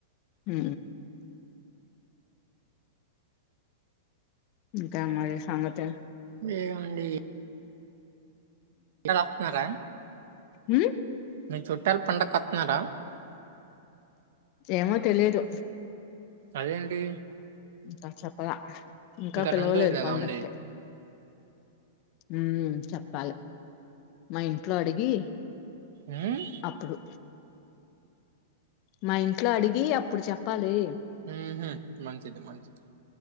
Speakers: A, on the left (about 30°); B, on the right (about 55°).
A: ఊ ఇంకా మరి సంగతి,
B: లేవండి అందరూ వస్తున్నారా,
A: ఎ
B: మీ చుట్టాలు పండగకి వస్తున్నారా,
A: ఏమో తెలీదు,
B: అదేంటి
A: నాకు చెప్పలే ఇంకా పిలవలేదు
B: రెండు రోజులు కదా
A: పండగాకి,
B: ఉంది
A: హు చెప్పాలి మా ఇంట్లో అడిగి,
B: ఉమ్,
A: అప్పుడు మా ఇంట్లో అడిగి అప్పుడు చెప్పాలి.
B: ఉహ్ మంచిది మంచిది.